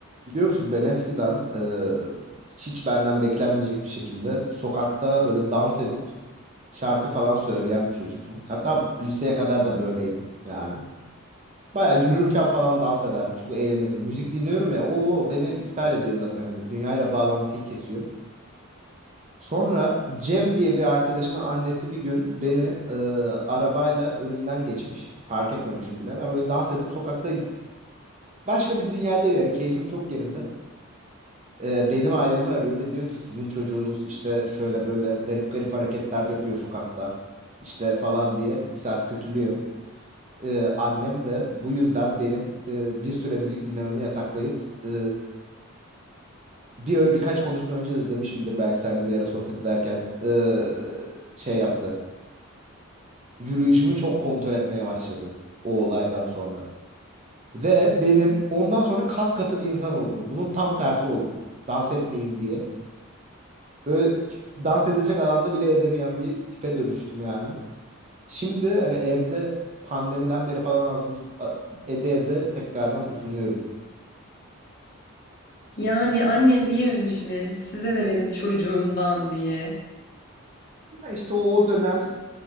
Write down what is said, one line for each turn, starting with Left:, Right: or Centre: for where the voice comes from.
Right: Biliyor musun ben eskiden e, hiç benden beklenmeyecek bir şekilde sokakta böyle dans edip şarkı falan söyleyen bir çocuktum. Hatta liseye kadar da böyleydim yani. Baya yürürken falan dans ederdim. Çok eğlenirdim. Müzik dinliyorum ya. Oo beni iptal ediyor zaten hani dünyayla bağlantıyı kesiyor. Sonra Cem diye bir arkadaşımın annesi bir gün beni e, arabayla önümden geçmiş. Fark etmemişim bile. Ben böyle dans edip sokakta başka bir dünyadayım yani keyfim çok yerinde. e, benim ailemi arıyor ve diyor ki sizin çocuğunuz işte şöyle böyle garip garip hareketler yapıyor sokakta işte falan diye bir saat kötülüyor. E, annem de bu yüzden benim e, bir süre müzik dinlememi yasaklayıp e, bir birkaç konuşma önce de demişimdir belki seninle bir ara sohbet ederken e, şey yaptı. Yürüyüşümü çok kontrol etmeye başladı o olaydan sonra. Ve benim ondan sonra kas katı bir insan oldum. Bunun tam tersi oldum. Dans etmeyeyim diye. Böyle dans edilecek alanda bile edemeyen bir tipe dönüştüm yani. Şimdi hani evde pandemiden beri falan az buz a- ede ede tekrardan ısınıyorum.
Left: Yani annem diyememiş mi? Size ne benim çocuğumdan diye.
Right: Ya işte o, o dönem